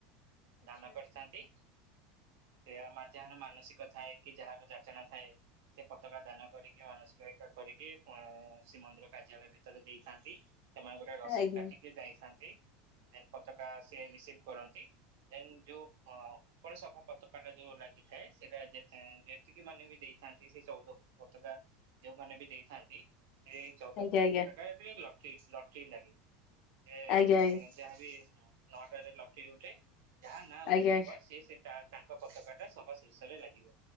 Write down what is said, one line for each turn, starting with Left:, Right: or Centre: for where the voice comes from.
Right: ଦାନା କରିଥାନ୍ତି।
Left: ଢ
Right: ସେ ଯାହାର ମାନସିକ ଥାଏ କି ଯାହାର ଯାଚନା ଥାଏ ସେ ପତାକା ଦାନ କରିକି ମାନସିକ ଏକା କରିକି ଶ୍ରୀମନ୍ଦିର କାର୍ଯ୍ୟାଳୟ ଭିତରେ ଦେଇଥାନ୍ତି। ସେମାନେ ଗୋଟେ ରସିଦ
Left: ଆଜ୍ଞା
Right: କାଟିକି ଯାଇଥାନ୍ତି ଦେନ ପତାକା ସିଏ ରିସିଭ କରନ୍ତି। ଦେନ ଯୋଉ ଉପର ସଫା ପତକାଣ୍ଡା ଯୋଉ ଲାଗିଥାଏ ସେଇଟା ଯେ ଯେତିକି ମାନେ ବି ଦେଇ ଥାନ୍ତି ସେଇ ଚଉଦ ଫୁଟ ପତାକା ଯୋଉମାନେ ବି ଦେଇଥାନ୍ତି। ଏଇ ଚଉଦ
Left: ଆଜ୍ଞା
Right: ପନ୍ଦ ପତାକା
Left: ଆଜ୍ଞା
Right: ଲାତ୍ରିକଶ୍ ଲଟ୍ରି ଲାଗେ। ଏ
Left: ଆଜ୍ଞା
Right: ଯାହାବି ନଅଟାରେ ଲଟ୍ରି ଉଠେ ଯାହା ନାଁ
Left: ଆଜ୍ଞା
Right: ଉଠିିଥିବ ବ ସିଏ ସେ ତା ତାଙ୍କ ପତାକା ଟା ସବ ଶୀର୍ଷରେ ଲାଗିବ